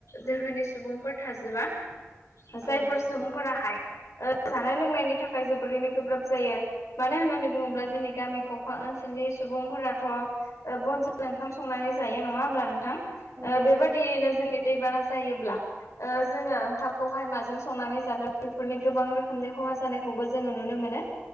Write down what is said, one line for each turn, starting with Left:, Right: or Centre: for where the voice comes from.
Left: दोहोनि सुबुंफोर थाजोबा जायफोर
Right: औ नोंथां
Left: सुबुंफोराहाय ओ जानाय लोंनायनि थाखाय जोबोरैनो गोब्राब जायो। मानो होननानै बुङोब्ला जोंनि गामि गफा ओनसोलनि सुबुंफोराथ' बन जोंनो ओंखाम संनानै जायो नङा होमब्ला नोंथां
Right: औ नोंथां
Left: बेबादियैनो जोंनि दैबाना जायोब्ला जोङो ओंखामखौहाय माजों संनानै जागोन बेफोरनि गोबां रोखोमनि खहा जानायखौबो जोङो नुनो मोनो।